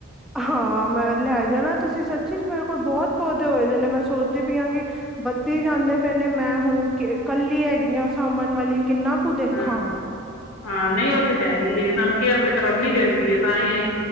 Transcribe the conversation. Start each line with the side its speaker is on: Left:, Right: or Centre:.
Centre: ਹਾਂ, ਮੈਂ ਲੈ ਜਾਣਾ ਤੁਸੀਂ ਸ ਚੀਜ ਮੇਰੇ ਕੋਲ ਬੋਤ ਪੌਦੇ ਹੋਏ ਦੇ ਨੇ, ਮੈਂ ਸੋਚਦੀ ਪਈ ਆ ਕਿ ਵੱਧੀ ਜਾਂਦੇ ਪਏ ਨੇ, ਮੈਂ ਹੁਣ ਕੱਲੀ ਹੈਗੀ ਆ ਸਾਮਣ ਵਾਲੀ ਕਿੰਨਾ ਕੁ ਦੇਖਾਂ।
Left: ਹਾਂ ਹਾਂ, ਨਹੀਂ ਉਹ ਤੇ ਹੈ ਈ ਐ ਇਹਨਾਂ ਨੂੰ ਕੇਅਰ ਤੇ ਕਰਾਨੀ ਪੈਂਦੀ ਐ, ਤਾਂਈ ਐ